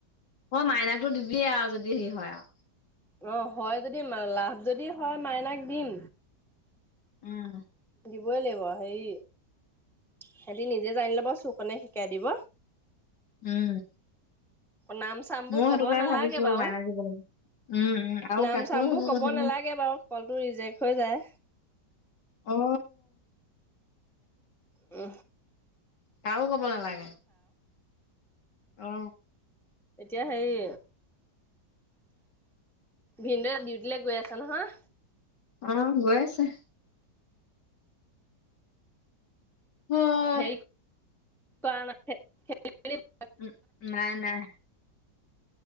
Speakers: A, on the left; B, in the centre.
A: মই মাইনাতো দি দিয়া যদি সে হয় আৰু।
B: অ, হয় যদি লাভ যদি হয়, মাইনাক দিম।
A: উম।
B: দিবই লাগিব হেৰি সেতি নিজে জানিলপ- ব চুকনে শিকাই দিব।
A: উম।
B: নাম চামবোৰ
A: ময়ো
B: কব
A: সেইটোকে
B: নালাগে
A: ভাবিছো
B: বাৰু
A: মাইনাক দিব লাগিব উম উম আৰু
B: নাম
A: কাকো
B: চাম
A: সেইবোৰ
B: বোৰ কব
A: কথা
B: নেলাগে বাৰু কলটো ৰিজেক্ট হৈ যায়।
A: অ
B: উ।
A: কাকো ক'ব নালাগে। অ
B: এতিয়া হেৰি ভিনদেউৱে ডিউটিলৈ গৈ আছে নহয়
A: অ, গৈ আছে। হয়
B: সেৰি <unintelligible>
A: উম নাই নাই